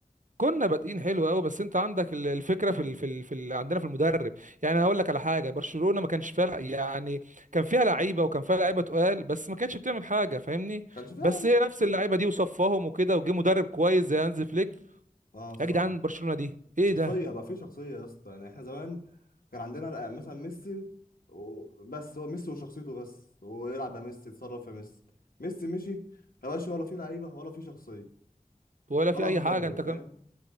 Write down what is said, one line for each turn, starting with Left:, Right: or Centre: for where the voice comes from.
Right: كنا بادئين حلو قوي بس انت عندك ال- الفكره في ال... في ال... في ال... عندنا في المدرب يعني هقول لك على حاجه برشلونه ما كانش فيها يعني كان فيها لعيبه وكان فيها لعيبه تقال بس ما كانتش بتعمل حاجه فاهمني
Left: كانش فعلا
Right: بس هي نفس اللعيبه دي وصفاهم وكده وجه مدرب كويس زي هانز فليك
Left: اه الصراحة
Right: يا جدعان برشلونه دي ايه
Left: شخصية
Right: ده
Left: بقى في شخصية يا اسطى يعني احنا زمان كان عندنا لا، مثلا ميسي و- بس هو ميسي وشخصيته بس ويلعب يا ميسي يتصرف يا ميسي ميسي مشي ما بقاش ولا في لعيبة ولا في شخصية
Right: ولا
Left: ولا
Right: في اي
Left: مدرب
Right: حاجه انت
Left: فاهم